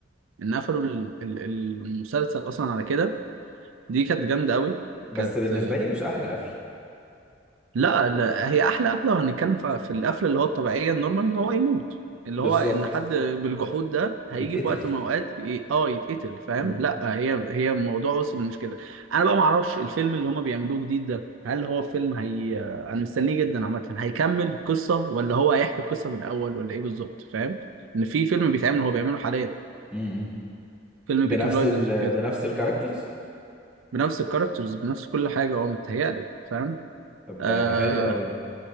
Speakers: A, on the right; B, in the centre.
A: ان قفلوا ال- ال- المسلسل اصلا على كده دي كانت جامده قوي
B: بس
A: كانت
B: بالنسبه لي مش احلى قفل
A: لا لا، هي احلى قفله لو هنتكلم ف- في القفله اللي هو الطبيعيه النورمال ان هو يموت اللي
B: بالظبط
A: هو ان حد بالجحود ده هيجي
B: يتقتل
A: في وقت من الاوقات ي- اه يتقتل فاهم
B: مم.
A: لا هي هي الموضوع وصل مش كده انا بقى ما اعرفش الفيلم اللي هما بيعملوه جديد ده هل هو فيلم هي انا مستنيه جدا عامه هيكمل قصه ولا هو هيحكي القصه من الاول ولا ايه بالظبط فاهم ان في فيلم بيتعمل هو بيعمله حاليا
B: مم.
A: فيلم
B: بنفس
A: بيكي بلايندرز
B: ال
A: وكده
B: بنفس الكاركترز
A: بنفس الكاركترز بنفس كل حاجه هو متهيألي فاهم
B: طب
A: آه،
B: ده هيبقى حلو قوي ده